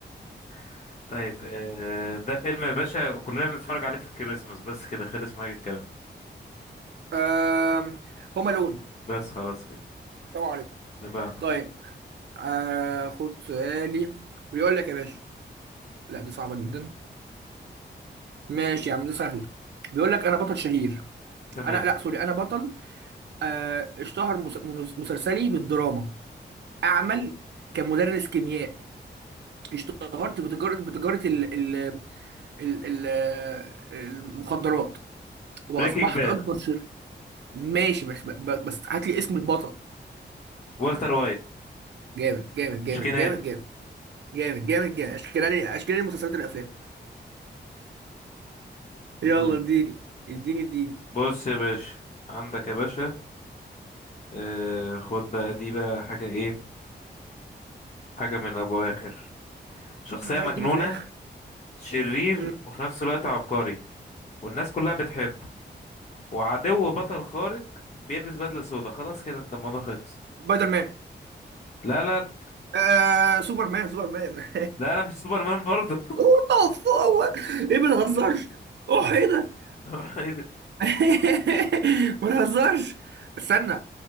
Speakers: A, on the left; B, on the right.
A: <laughs> طيب آه... ده فيلم يا باشا كلنا بنتفرج عليه في الكريسماس بس كده خلص معاك الكلام
B: آم، هما لون
A: بس خلاص كده
B: السلام عليكم
A: اللي بعده
B: طيب آه خد سؤالي بيقول لك يا باشا لا دي صعبة جدا ماشي يا عم ده سهل بيقول لك انا بطل شهير
A: تمام
B: انا لا سوري انا بطل آه اشتهر مس- مس- مسلسلي بالدراما اعمل كمدرس كيمياء اشتهرت بتجارة بتجارة ال ال ال ال المخدرات واصبحت
A: بريكنج باد
B: اكبر شر ماشي بس بس هات لي اسم البطل
A: والتر وايت
B: جامد جامد جامد
A: شكناني
B: جامد جامد جامد جامد جامد اشكالي اشكالي المسلسلات والافلام يلا
A: قول لي.
B: اديني اديني اديني
A: بص يا باشا عندك يا باشا آه... خد بقى دي بقى حاجة ايه حاجة من ابو اخر شخصية
B: يلا بقى
A: مجنونة
B: ادينا في الاخر
A: شرير
B: مم.
A: وفي نفس الوقت عبقري والناس كلها بتحبه وعدو بطل خارق بيلبس بدلة سودا خلاص كده انت الموضوع خلص
B: سبايدر مان
A: لا لا لا
B: آه سوبرمان سوبرمان
A: لا لا، مش سوبرمان برضه
B: <laughs> اوه هو ايه ما نهزرش اوه ايه ده
A: <laughs> ايه ده؟
B: <laughs> ما نهزرش استنى